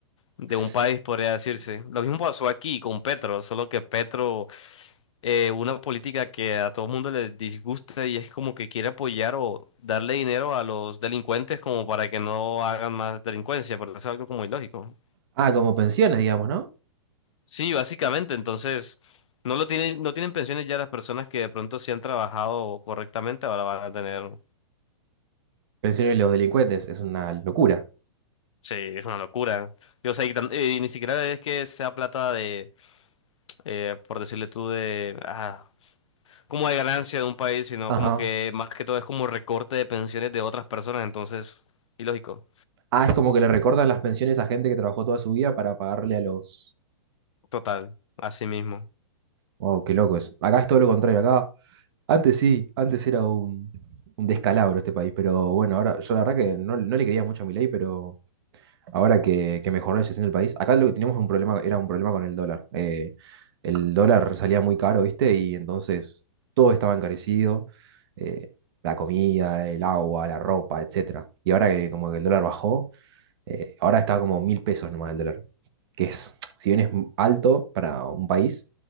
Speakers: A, on the left (about 75°); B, on the right (about 50°).
A: de
B: S-
A: un país, podría decirse. Lo mismo pasó aquí con Petro, solo que Petro eh, una política que a todo mundo le disgusta y es como que quiere apoyar o darle dinero a los delincuentes como para que no hagan más delincuencia, porque es algo como ilógico.
B: Ah, como pensiones, digamos, ¿no?
A: Sí, básicamente, entonces no lo tienen, no tienen pensiones ya las personas que de pronto sí han trabajado correctamente, ahora van a tener,
B: Pensiones de los delincuentes, es una locura.
A: sí, es una locura. Y, o sea, y, tan- y ni siquiera es que sea plata de, eh, por decirle tú, de, ah, como de ganancia de un país, sino
B: Ajá.
A: como que más que todo es como recorte de pensiones de otras personas, entonces, ilógico.
B: Ah, es como que le recortan las pensiones a gente que trabajó toda su vida para pagarle a los...
A: Total, así mismo.
B: Wow, qué loco eso. Acá es todo lo contrario, acá... Antes sí, antes era un, un descalabro este país, pero bueno, ahora yo la verdad que no, no le quería mucho a Milei, pero Ahora que, que mejoró la situación del país, acá lo que teníamos un problema, era un problema con el dólar. Eh, el dólar salía muy caro, ¿viste? Y entonces todo estaba encarecido, eh, la comida, el agua, la ropa, etcétera. Y ahora que como que el dólar bajó, eh, ahora está como mil pesos nomás el dólar, que es, si bien es alto para un país,